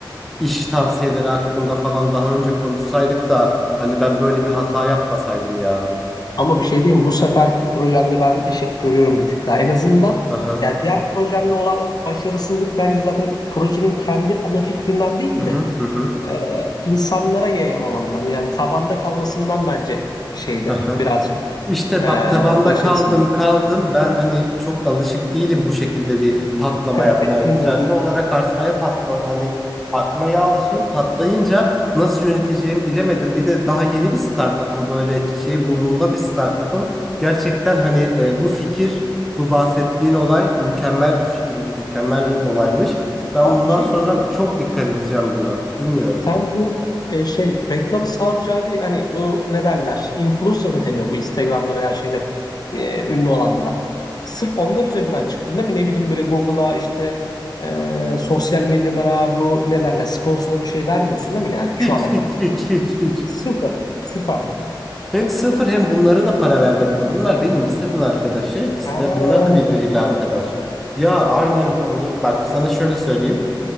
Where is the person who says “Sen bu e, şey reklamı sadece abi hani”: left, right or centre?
Left